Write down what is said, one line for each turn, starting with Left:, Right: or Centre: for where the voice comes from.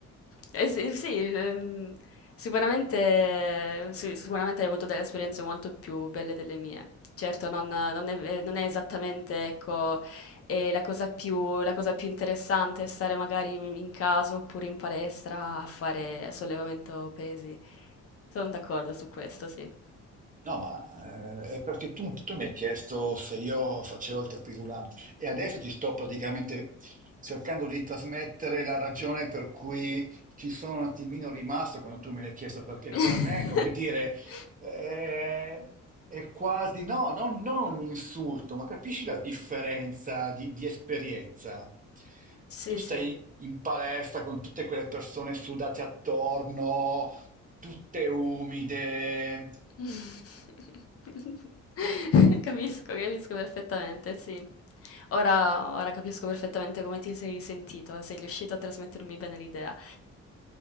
Left: Eh, sì, sì, ehm, sicuramente, sì, sicuramente hai avuto delle esperienze molto più belle delle mie. Certo, non, non è, eh, non è esattamente, ecco, e la cosa più, la cosa più interessante è stare magari in in casa oppure in palestra a fare sollevamento pesi. Sono d'accordo su questo, sì.
Right: No, ma eh, è perché tu, tu mi hai chiesto se io facevo il tapirulante e adesso ti sto praticamente cercando di trasmettere la ragione per cui ci sono un attimino rimasto quando tu me l'hai chiesto, perché
Left: <laughs>
Right: per me, come dire, eh, è quasi, no, non, non un insulto, ma capisci la differenza di, di esperienza?
Left: Sì,
Right: Tu stai
Left: sì.
Right: in palestra con tutte quelle persone sudate attorno, tutte umide.
Left: <laughs> Capisco, capisco perfettamente, sì. Ora, ora capisco perfettamente come ti sei sentito, sei riuscito a trasmettermi bene l'idea.